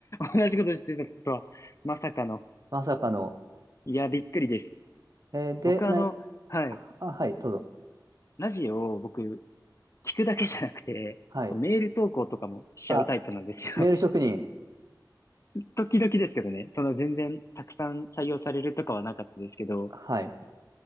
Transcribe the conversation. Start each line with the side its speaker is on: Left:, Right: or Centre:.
Left: 同じことしてたとは、まさかの。
Right: まさかの。
Left: いや、びっくりです。
Right: えーで、
Left: 僕あの、
Right: な、
Left: はい、
Right: あ、はい、どうぞ。
Left: ラジオを僕、聞くだけじゃなくて、
Right: はい。
Left: こうメール投稿とかもしちゃうタイプなんですよ。
Right: あ、メール職人。
Left: 時々ですけどね、その全然たくさん採用されるとかはなかったですけど、
Right: はい、